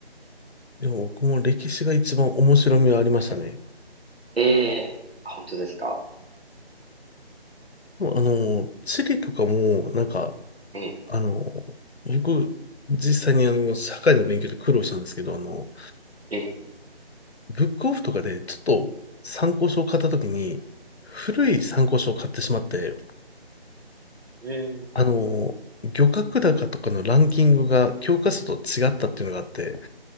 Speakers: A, on the left; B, on the right.
A: <laughs> でも僕も歴史が一番面白みはありましたね。
B: ええあ、本当ですか。
A: でもあの、地理とかも、なんか、
B: ええ
A: あの、僕、実際にあの、社会の勉強で苦労したんですけど、あの、
B: ええ
A: ブックオフとかでちょっと参考書を買った時に、古い参考書を買ってしまって、
B: ええうん。
A: あの、漁獲高とかのランキングが教科書と違ったっていうのがあって、